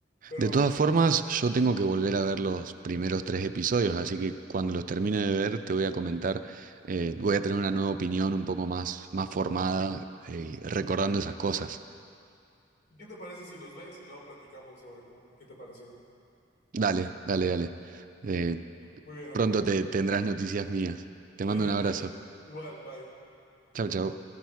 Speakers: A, on the left; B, on the right.
A: Pero
B: De todas formas, yo tengo que volver a ver los primeros tres episodios, así que cuando los termine de ver te voy a comentar, eh, voy a tener una nueva opinión un poco más, más formada, eh, recordando esas cosas.
A: ¿Qué te parece si los ves y luego platicamos sobre cómo- qué te pareció?
B: Dale, dale, dale. Eh,
A: Muy bien, amigo.
B: pronto te tendrás noticias mías. Te
A: Sí,
B: mando un abrazo.
A: sí, sí. Igual, bye.
B: Chau, chau.